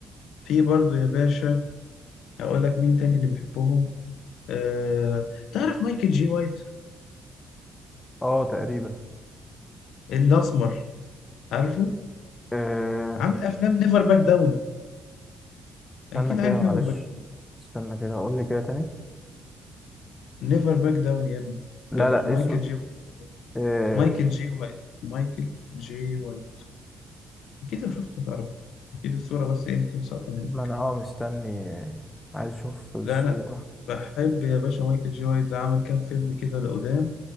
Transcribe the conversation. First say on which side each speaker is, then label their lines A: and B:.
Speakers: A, on the left; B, on the left.
A: في برضو يا باشا اقول لك مين تاني اللي بحبهم أه تعرف مايكل جي وايت
B: اه تقريبا
A: الاسمر عارفه
B: آه،
A: عامل افلام نيفر باك داون
B: استنى
A: اكيد
B: كده
A: عارف نيفر
B: معلش
A: باك داون
B: استنى كده اقول لي كده تاني
A: نيفر باك داون يا ابني
B: لا
A: آه،
B: لا
A: مايكل
B: اسم
A: جي وايت
B: آه،
A: مايكل جي وايت مايكل جي وايت اكيد لو شفته تعرفه اكيد الصوره بس إيه، يمكن ساقطه منك.
B: ما انا اه مستني آه، عايز اشوف الصورة
A: لا انا بحب يا باشا مايكل جي وايت ده عمل كام فيلم كده لقدام